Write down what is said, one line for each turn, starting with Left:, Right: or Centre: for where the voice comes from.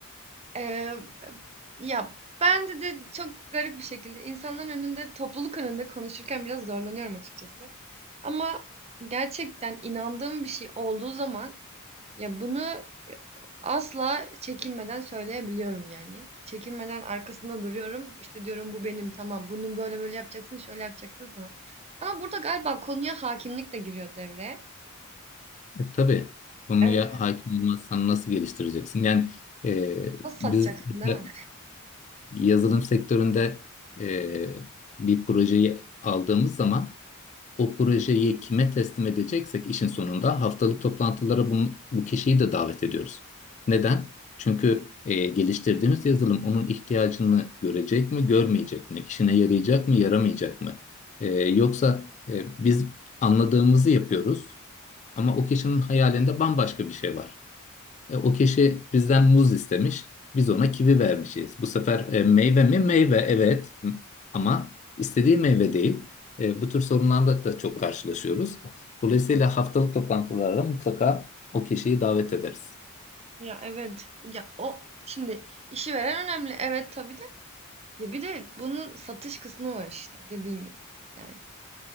Right: Eee, eb ya, bende de de çok garip bir şekilde insanların önünde, topluluk önünde konuşurken biraz zorlanıyorum açıkçası ama gerçekten inandığım bir şey olduğu zaman Ya, bunu asla çekinmeden söyleyebiliyorum yani. Çekinmeden arkasında duruyorum. İşte, diyorum, "Bu benim, tamam. Bunu böyle böyle yapacaksın, şöyle yapacaksın." falan. Ama burada galiba konuya hakimlik de giriyor devreye.
Left: E, tabii konuya
Right: Eee,
Left: hakim olmazsan nasıl geliştireceksin? Yani e,
Right: nasıl satacaksın,
Left: biz işte
Right: değil mi?
Left: yazılım sektöründe e, bir projeyi aldığımız zaman o projeyi kime teslim edeceksek işin sonunda haftalık toplantılara bunu, bu kişiyi de davet ediyoruz. Neden? Çünkü e, geliştirdiğimiz yazılım onun ihtiyacını görecek mi, görmeyecek mi? İşine yarayacak mı, yaramayacak mı? E, yoksa e, biz anladığımızı yapıyoruz. Ama o kişinin hayalinde bambaşka bir şey var. E, o kişi bizden muz istemiş, biz ona kivi vermişiz. Bu sefer e, meyve mi? Meyve, evet. M- Ama istediği meyve değil. E, bu tür sorunlarla da çok karşılaşıyoruz. Dolayısıyla haftalık toplantılara mutlaka o kişiyi davet ederiz.
Right: Ya, evet. Ya, o şimdi işi veren önemli. Evet, tabii de. Ya, bir de bunun satış kısmı var işte dediğin gibi yani.